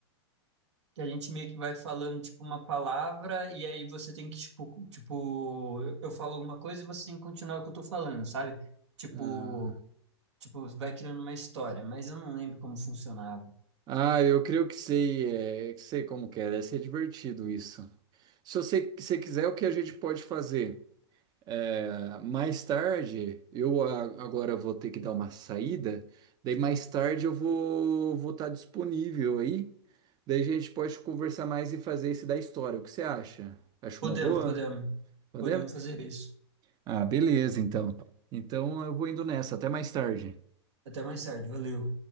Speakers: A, on the right (about 80°); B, on the right (about 30°).
A: que a gente meio que vai falando, tipo, uma palavra, e aí você tem que, tipo, tipo, eu eu falo alguma coisa e você tem que continuar o que eu tô falando, sabe? Tipo.
B: Ah,
A: Tipo, vai criando uma história, mas eu não lembro como funcionava.
B: ah, eu creio que sei, é, que sei como que é, deve ser divertido isso. Se você, se quiser, o que a gente pode fazer? É, mais tarde, eu a- agora vou ter que dar uma saída, daí mais tarde eu vou vou estar disponível aí, daí a gente pode conversar mais e fazer esse da história. O que você acha? Acho
A: Podemos,
B: uma boa?
A: podemos.
B: Podemos?
A: Podemos fazer isso.
B: Ah, beleza, então. Então eu vou indo nessa, até mais tarde.
A: Até mais tarde, valeu.